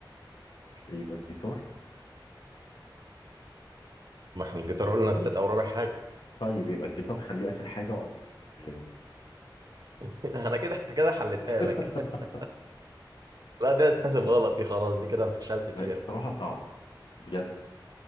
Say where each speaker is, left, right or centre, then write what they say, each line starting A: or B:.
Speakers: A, on the left; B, on the right.
A: يبقى الجيتار
B: ما احنا الجيتار قلنا تالت أو رابع حاجة
A: طيب يبقى الجيتار خليه آخر حاجة وقبل منه البيانو مثلا
B: <laughs> أنا كده كده حلتها
A: <laughs>
B: لك <laughs> لا دي هتتحسب غلط دي خلاص دي كده فشلت
A: بصراحة
B: فيها
A: صعبة بجد